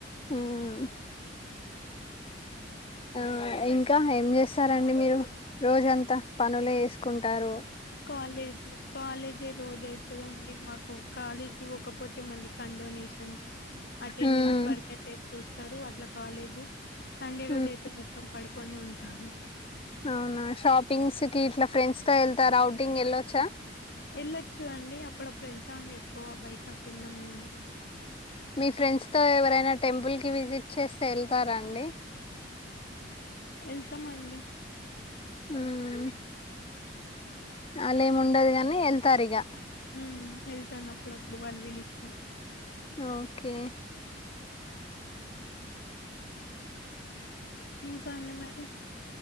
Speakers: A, on the left (about 30°); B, on the left (about 60°).
A: ఉమ్ ఆ ఇంకా ఏం చేస్తారండి మీరు రోజంతా పనులే ఏసుకుంటారు
B: కాలేజ్ కాలేజే రోజుజైతదండి మాకు కాలేజ్కి వోకపోతే మళ్ళీ కం డొనేషన్ అటెండెన్స్
A: మ్మ్
B: పర్సంటేజ్ చూస్తారు అట్లా కాలేజ్ సండే రోజు
A: మ్మ్
B: అయితే మొత్తం పడుకొనే ఉంటాను
A: అవునా షాపింగ్స్ కి ఇట్లా ఫ్రెండ్స్ తో వెళ్తారా అఔటింగ్ వెళ్ళొచ్చా
B: వెళ్ళొచ్చు అండి అప్పుడప్పుడు వెళ్తామండి ఎక్కువ బయటకెల్లం మేము
A: మీ ఫ్రెండ్స్ తో ఎవరైనా టెంపుల్ కి విజిట్ చేస్తే వెళ్తారా అండి. <inaudible>
B: ఎల్ల్తమండి
A: హ్మ్ అలెముండదుగని వెల్తార్ ఇగ
B: ఉమ్ ఎళ్తాను అప్పుడప్పుడు వాళ్ళు విలిస్తే
A: ఓకే
B: ఇంకా అండి మరి